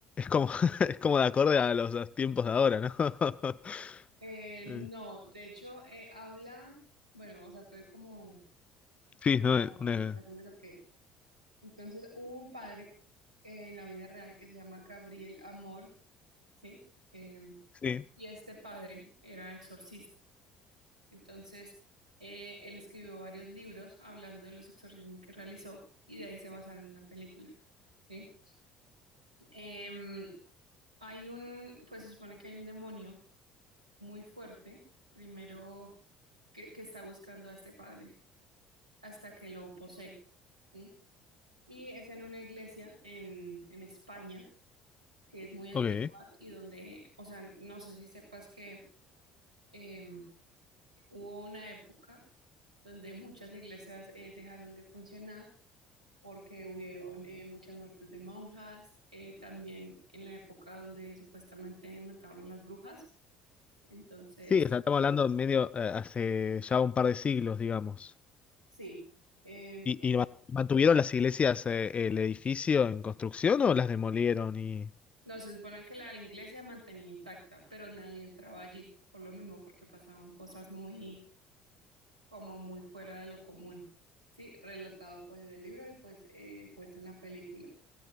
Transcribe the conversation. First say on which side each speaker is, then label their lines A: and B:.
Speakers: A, on the left (about 30°); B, on the right (about 90°).
A: como, <laughs> es como de acorde a los, los tiempos de ahora, ¿no? <laughs>
B: Eh, no,
A: Eh,
B: de hecho, eh, habla, bueno, o sea, todo como de
A: Sí,
B: como
A: no, una...
B: explicación de lo que es. Entonces, hubo un padre eh, en la vida real que se llama Gabriel Amor, ¿sí? Em,
A: Sí,
B: y este padre era exorcista. Entonces, eh, él escribió varios libros hablando de los exorcismos que realizó y de ahí se basaron en la película, ¿sí? Em, hay un, pues se supone que hay un demonio muy fuerte. Primero. que, que está buscando a este padre hasta que lo posee. ¿sí? Y es en una iglesia en, en España que es muy antigua
A: ok.
B: y donde, o sea, no sé si sepas que eh, hubo una época donde muchas iglesias eh, dejaron de funcionar porque hubieron eh, muchas muertes de monjas, eh, también en la época donde supuestamente mataban a las brujas. Entonces,
A: Sí, o sea, estamos hablando medio eh, hace ya un par de siglos, digamos.
B: sí, eh,
A: ¿Y, y ma- mantuvieron las iglesias, eh, el edificio en construcción o las demolieron y...
B: No, se supone que la iglesia mantenía intacta, pero nadie entraba allí, por lo mismo, porque pasaban cosas muy, como muy fuera de lo común. Sí, relatado pues del libro y pues eh, puesto en la película.